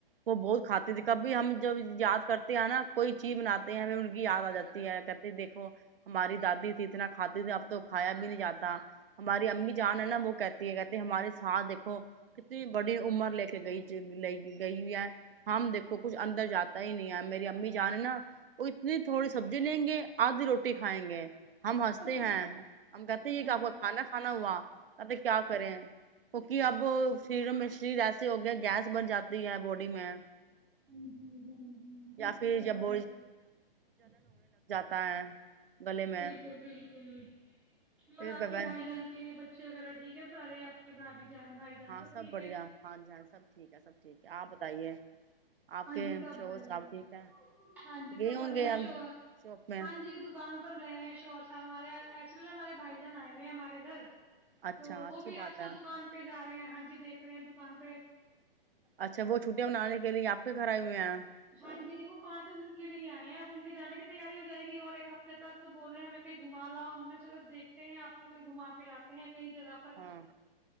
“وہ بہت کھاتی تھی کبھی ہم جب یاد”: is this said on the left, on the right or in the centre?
Right